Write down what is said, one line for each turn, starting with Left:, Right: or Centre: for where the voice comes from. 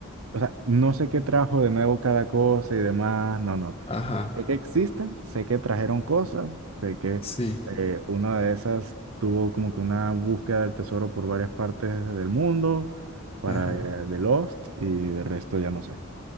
Right: o sea, no sé qué trajo de nuevo cada cosa y demás, no, no.
Left: Ajá.
Right: Sé que existen, sé que trajeron cosas, sé que
Left: Sí.
Right: eh, una de esas tuvo como que una búsqueda del tesoro por varias partes del mundo para
Left: Ajá.
Right: eh, The Lost y de resto ya no sé.